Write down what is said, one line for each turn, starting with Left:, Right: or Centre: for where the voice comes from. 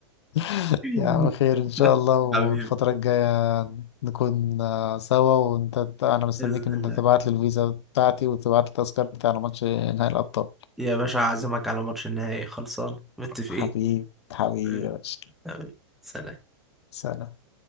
Left: <laughs>
Centre: <laughs>
Left: يا عم خير إن شاء الله والفترة
Centre: حبيبي
Left: الجاية نكون آه، سوا وأنت ت- أنا مستنيك
Centre: باذن
Left: إن أنت
Centre: الله
Left: تبعت لي الفيزا بتاعتي وتبعت لي التذكرة بتاعنا ماتش نهائي الأبطال
Centre: يا باشا اعزمك على ماتش النهائي خلصان متفقين
Left: حبيب حبيبي
Centre: حبيبي.
Left: يا باشا
Centre: حبيبي. سلام
Left: سلام